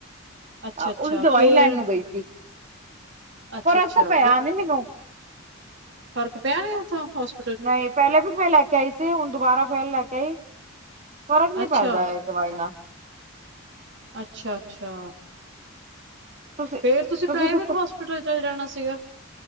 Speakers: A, on the right (about 55°); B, on the right (about 35°).
A: ਅੱਛਾ ਅੱਛਾ
B: ਉਹਦੀ ਦਵਾਈ
A: ਫੇਰ
B: ਲੈਣ ਨੂੰ ਗਈ ਸੀ।
A: ਅੱਛਾ
B: ਫਰਕ
A: ਅੱਛਾ
B: ਤਾਂ ਪਿਆ ਨੀ ਮੈਨੂੰ।
A: ਫਰਕ ਪਿਆ ਕਿ ਉੱਥੋਂ ਹਾਸਪੀਟਲ।
B: ਨਹੀਂ ਪਹਿਲੇ ਵੀ ਮੈਂ ਲੈ ਕੇ ਆਈ ਸੀ ਹੁਣ ਦੁਬਾਰਾ ਫੇਰ ਲੈ ਕੇ ਆਈ ਫਰਕ ਨੀ
A: ਅੱਛਾ
B: ਪੈਂਦਾ ਏ। ਦਵਾਈ ਨਾਲ
A: ਅੱਛਾ ਅੱਛਾ
B: ਤੁਸੀਂ
A: ਫੇਰ ਤੁਸੀਂ ਪ੍ਰਾਈਵੇਟ
B: ਕਿੱਥੇ
A: ਹੋਸਪਿਟਲ ਚਲੇ ਜਾਣਾ ਸੀਗਾ।